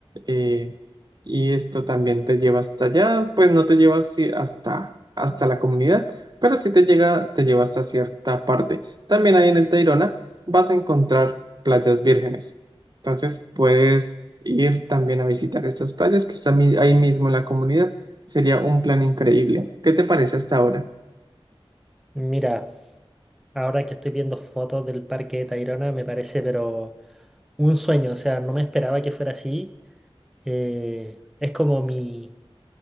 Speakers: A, on the right; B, in the centre.
A: eh, y esto también te lleva hasta allá, pues no te llevas sí, hasta, hasta la comunidad pero si te llega, te lleva hasta cierta parte. También ahí en el Tayrona vas a encontrar playas vírgenes. Entonces puedes ir también a visitar estas playas que están mi- ahí mismo en la comunidad. Sería un plan increíble. ¿Qué te parece hasta ahora?
B: Mira, ahora que estoy viendo fotos del parque de Tayrona, me parece, pero un sueño. O sea, no me esperaba que fuera así. Eh, es como mi,